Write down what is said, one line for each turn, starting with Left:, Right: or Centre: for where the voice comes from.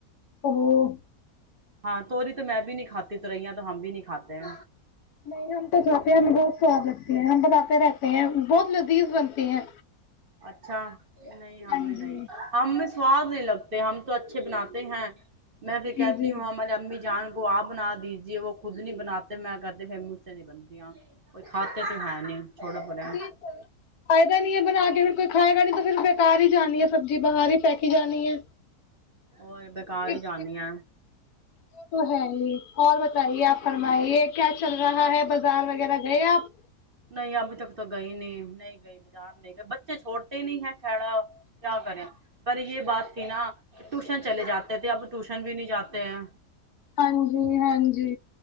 Left: ا <unintelligible>
Right: ہاں توری تو میں بھی نہیں کھاتی توریا تو ہم بھی نہیں کھاتے ہیں
Left: نہیں ہم تو کھاتے ہیں ہمیں بہت سواد لگتی ہے ہم بتاتے رہتے ہیں بہت لذیذ بنتی ہیں
Right: اچھا نہیں ہم
Left: ہاں
Right: نے نہیں
Left: جی
Right: ہم نے سواد نہیں لگتے ہم تو اچھے بناتے ہیں میں بھی کہتی
Left: جی جی
Right: ہوں ہماراری امی جان گ آپ بنا دیجیے وہ خود نہیں بناتے میں کہتے پھر اس سے نہیں بنتییا کوئی کھاتے تو ہے نہیں چھوڑو پرے
Left: جی فائدہ نہیں ہے بنا کے پھر کوئی کھائے گا نہیں تو پھر بےکار ہی جانی ہے سبزی باہر ہی پھیکی جانی ہے
Right: اور بیکار ہی
Left: اس
Right: جانی ہے
Left: وہ تو ہے ہی اور بتائیے آپ فرمائیے کیا چل رہا ہے بازار وغیرہ گئے آپ
Right: نہیں ابھی تک تو گئی نہیں نہیں گئی بازار نہیں گئے بچے چھوڑتے ہی نہیں ہے خڑا کیا کریں پر یہ بات تھی نا ٹیوشن چلے جاتے تھے اب ٹیوشن بھی نہیں جاتے ہیں
Left: ہاں جی ہاں جی